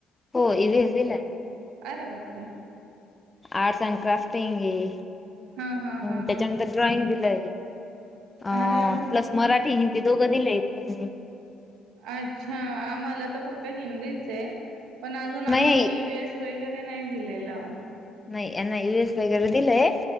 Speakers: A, on the left; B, on the right.
A: हो इ व्हि एस दिलाय.
B: अरे बापरे!
A: आर्ट्स अँड क्राफ्टिंग ये,
B: हां हां
A: त्याच्यानंतर
B: हां हां
A: ड्रॉइंग दिलं या. अ,
B: अरे वा
A: प्लस मराठी हिंदी दोगबि लिहायचऽ
B: अच्छा आम्हाला तर फक्त हिंदीच आहे पण अजून आम्हाला
A: नाही
B: इ व्ही एस वगैरे नाही दिलेलं
A: नाही यांना यूएस वगैरे दिलंय